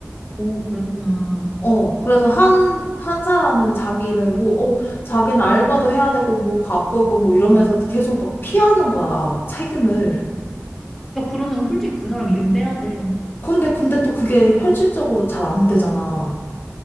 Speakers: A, in the centre; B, on the left.
A: 오, 그랬구나.
B: 어, 그래서 한, 한 사람은 자기는 뭐, 어, 자기는 알바도 해야 되고, 뭐 바쁘고, 뭐 이러면서 계속 막 피하는 거야, 책임을.
A: 야, 그러면 솔직히 그 사람 이름 빼야 돼.
B: 근데, 근데 또 그게 현실적으로 잘 안 되잖아.